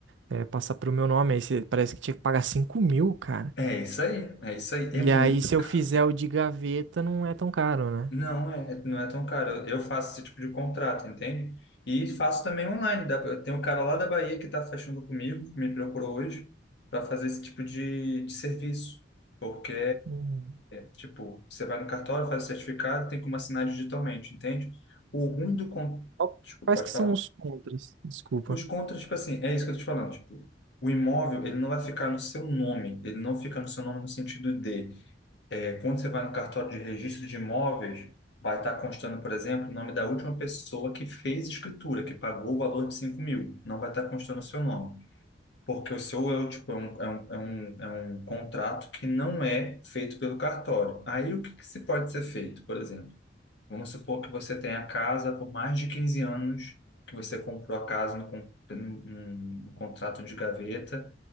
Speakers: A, on the right; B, on the left.
A: eh, passar pro meu nome, aí você- parece que tinha que pagar cinco mil, cara.
B: É isso aí, é isso aí.
A: E
B: É muito
A: aí, se
B: caro,
A: eu fizer
B: velho.
A: o de gaveta, não é tão caro, né?
B: Não é, é, não é tão caro. Eu eu faço esse tipo de contrato, entende? E faço também online. Dá pra- Tem um cara lá da Bahia que está fechando comigo, me procurou hoje para fazer esse tipo de, de serviço. Porque,
A: Hum.
B: tipo, você vai no cartório, faz o certificado, tem como assinar digitalmente, entende? O ruim do... Con...
A: Qual-
B: Desculpa,
A: Quais
B: pode
A: que são
B: falar.
A: os contras? Desculpa.
B: Os contras, tipo assim, é isso que eu tô te falando, tipo, o imóvel, ele não vai ficar no seu nome, ele não fica no seu nome no sentido de É, quando você vai no cartório de registro de imóveis, vai estar constando, por exemplo, o nome da última pessoa que fez escritura, que pagou o valor de 5 mil. Não vai estar constando o seu nome. Porque o seu é, o tipo, é, um, é, um, é, um, é um contrato que não é feito pelo cartório. Aí o que, que se pode ser feito, por exemplo? Vamos supor que você tenha a casa por mais de 15 anos, que você comprou a casa no, con- no, no- no contrato de gaveta,